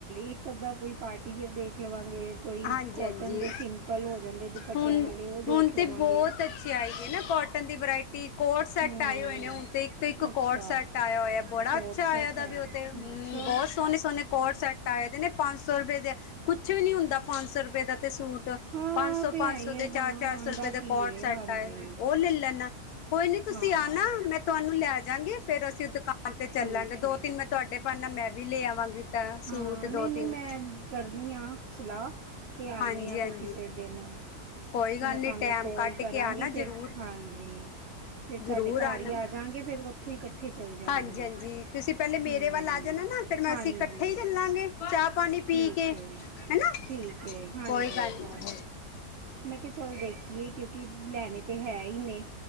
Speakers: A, on the right (about 85°); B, on the left (about 75°).
A: ਇੱਕ ਅੱਧਾ ਕੋਈ ਪਾਰਟੀ ਫੇਰ ਦੇਖ ਲਵਾਂਗੇ। ਕੋਈ
B: ਹਾਂਜੀ-ਹਾਂਜੀ,
A: ਕਾਟਨ ਦੇ ਸਿੰਪਲ ਹੋ ਜਾਂਦੇ ਦੁਪੱਟਿਆਂ
B: ਹੁਣ
A: ਵਾਲੇ ਉਹ ਦੇਖ
B: ਹੁਣ
A: ਲਵਾਂਗੇ
B: ਤੇ ਬਹੁਤ ਅੱਛੇ ਆਏ ਗੀ ਨਾ ਕੋਟਨ ਦੀ ਵਰਾਇਟੀ ਕੋਟ ਸੈੱਟ
A: ਹੂੰ
B: ਆਏ ਹੋਏ ਨੇ ਹੁਣ ਤੇ ਇੱਕ-ਇੱਕ ਕੋਟ
A: ਅੱਛਾ
B: ਸੈੱਟ ਆਇਆ ਹੋਇਆ, ਬੜਾ
A: ਕੋਟ
B: ਅੱਛਾ
A: ਸੈਟ
B: ਆਇਆ ਦਾ
A: ਆਏ
B: ਵੀ ਉਹ
A: ਗਾ।
B: ਤੇ ਹੂੰ
A: ਅੱਛਾ
B: ਬਹੁਤ ਸੋਹਣੇ ਸੋਹਣੇ ਕੋਟ ਸੈੱਟ ਆਏ ਦੇ ਨੇ। ਪੰਜ ਸੌ ਰੁਪਏ ਦੇ ਆ ਕੁੱਛ ਵੀ ਨੀ ਹੁੰਦਾ। ਪੰਜ ਸੌ ਰੁਪਏ ਦਾ, ਤੇ ਸੂਟ
A: ਹਾਂ
B: ਪੰਜ ਸੌ
A: ਉਹ ਤੇ
B: ਪੰਜ
A: ਹੈ ਹੀ
B: ਸੌ ਦੇ
A: ਬਾ
B: ਚਾਰ-ਚਾਰ
A: ਆਉਂਦਾ
B: ਸੌ ਰੁਪਏ
A: ਕੀ
B: ਦੇ ਕੋਟ
A: ਹੈ
B: ਸੈੱਟ
A: ਹਾਂਜੀ
B: ਆਏ ਉਹ ਲੈ ਲੈਣਾ ਕੋਈ ਨੀ ਤੁਸੀਂ
A: ਹਾਂ
B: ਆਨਾ ਮੈਂ ਤੁਹਾਨੂੰ ਲੈਜਗੇ ਫੇਰ ਅਸੀਂ ਦੁਕ ਤੇ ਚੱਲਾਂਗੇ,
A: ਠੀਕ
B: ਦੋ
A: ਹੈ
B: ਤਿੰਨ ਮੈਂ ਤੁਹਾਡੇ ਬਾਨੇ ਨਾਲ ਮੈਂ ਵੀ ਲੈ ਆਵਾਂਗੀ, ਤਾਂ
A: ਹਾਂ
B: ਸੂਟ
A: ਨਹੀਂ
B: ਦੋ
A: ਨਹੀਂ
B: ਤਿੰਨ
A: ਮੈਂ ਕਰਦੀ ਹਾਂ ਸਲਾਹ, ਤੇ ਆਨੇ
B: ਹਾਂਜੀ
A: ਆ ਫਿਰ
B: ਹਾਂਜੀ
A: ਕਿਸੇ ਦਿਨ
B: ਕੋਈ
A: ਫਿਰ
B: ਗੱਲ
A: ਮੈਂ ਤੁਹਾਨੂੰ
B: ਨੀ ਟੈਮ
A: ਕੋਲ
B: ਕੱਢ
A: ਕਰਾਂਗੀ,
B: ਕੇ ਆਣਾ
A: ਫਿਰ
B: ਜ਼ਰੂਰ
A: ਹਾਂਜੀ ਫਿਰ
B: ਜ਼ਰੂਰ
A: ਤੁਹਾਡੇ ਘਰ
B: ਆਣਾ
A: ਹੀ ਆਜਗੇ ਫੇਰ ਉੱਥੋਂ ਹੀ ਇਕੱਠੇ ਚੱਲ ਜਾਵਾਂਗੇ।
B: ਹਾਂਜੀ ਤੁਸੀਂ ਪਹਿਲੇ ਮੇਰੇ
A: ਹੂੰ
B: ਵੱਲ ਆ ਜਾਣਾ ਨਾ ਫਿਰ ਮੈਂ
A: ਹਾਂਜੀ
B: ਅਸੀਂ ਇਕੱਠੇ ਹੀ ਚੱਲਾਂਗੇ ਚਾਹ ਪਾਣੀ
A: ਠੀਕ
B: ਪੀ ਕੇ
A: ਹੈ
B: ਹਨਾ,
A: ਠੀਕ ਹੈ ਹਾਂਜੀ
B: ਕੋਈ ਗੱਲ
A: ਓ
B: ਨ
A: ਮੈਂ ਕਿਹਾ ਚੱਲ ਦੇਖੀਏ, ਕਿਉਂਕਿ ਲੈਣੇ ਤਾਂ ਹੈ ਹੀ ਨੇ,